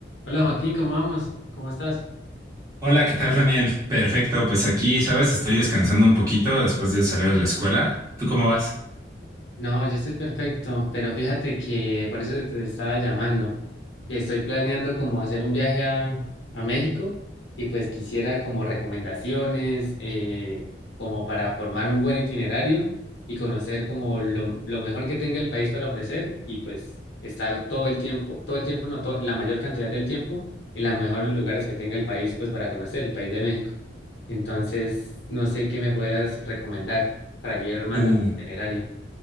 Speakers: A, on the left; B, on the right.
A: Hola Joaquín, ¿cómo vamos? ¿Cómo estás?
B: Hola, ¿qué tal, Daniel? Perfecto, pues aquí, sabes, estoy descansando un poquito después de salir de la escuela. ¿Tú cómo vas?
A: No, yo estoy perfecto, pero fíjate que por eso te te estaba llamando. que Estoy planeando como hacer un viaje a, a México y pues quisiera como recomendaciones, eh, como para formar un buen itinerario y conocer como lo, lo mejor que tenga el país para ofrecer y pues estar todo el tiempo, todo el tiempo, no, to- la mayor cantidad del tiempo en los mejores lugares que tenga el país pues para conocer el país de México. Entonces, no sé qué me puedas recomendar para yo ir armando
B: Uh,
A: mi itinerario.